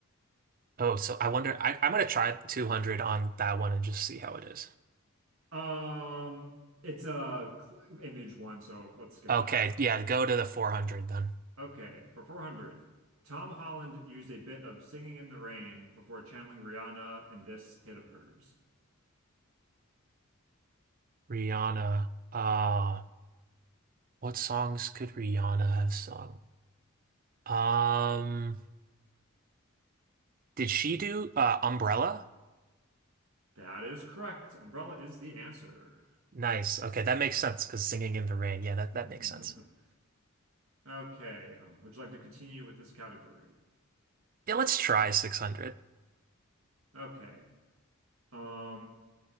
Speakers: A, on the right (about 40°); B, on the right (about 75°).
A: oh, so I wonder. I, I'm going to try 200 on that one and just see how it is.
B: Um, it's a cl- image one, so let's skip
A: Okay,
B: that.
A: yeah, go to the 400 then.
B: Okay, for 400, Tom Holland used a bit of Singing in the Rain before channeling Rihanna in this hit of hers.
A: Rihanna. Uh, what songs could Rihanna have sung? Um, did she do uh Umbrella?
B: That is correct. Umbrella is the answer.
A: Nice. Okay, that makes sense because singing in the rain. Yeah, that, that
B: <laughs>
A: makes sense.
B: Okay, um, would you like to continue with this category?
A: Yeah, let's try 600.
B: Okay. Um,